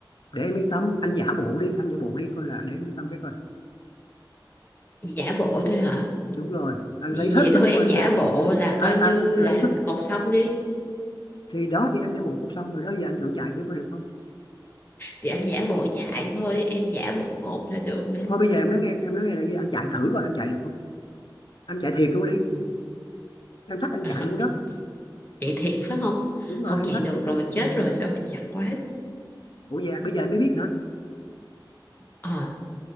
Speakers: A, on the left; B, on the left.
A: để em yên tâm anh giả bộ đi anh giả bộ đi coi là để em yên tâm cái coi
B: giả bộ thôi hả
A: đúng rồi anh
B: vì
A: lấy hết
B: vậy
A: sức
B: thôi
A: của
B: em
A: anh
B: giả
A: ra
B: bộ là
A: anh,
B: coi như
A: anh lấy
B: là
A: sức
B: cột xong đi
A: thì đó thì em giả bộ cũng xong rồi đó giờ anh thử chạy thử coi được không
B: thì anh giả bộ chạy thôi em giả bộ cột là được mà
A: thôi bây giờ em nói nghe em nói nghe là gì anh chạy thử coi anh chạy được không anh chạy thiệt luôn đi
B: Ừ.
A: em thách anh
B: <laughs> Ờ,
A: chạy luôn đó
B: chạy thiệt phải không
A: đúng rồi
B: không
A: em
B: chạy
A: thách
B: được
A: anh đó
B: rồi chết rồi sao mà chặt quá
A: ủa dạ bây giờ anh mới biết hả
B: Ờ,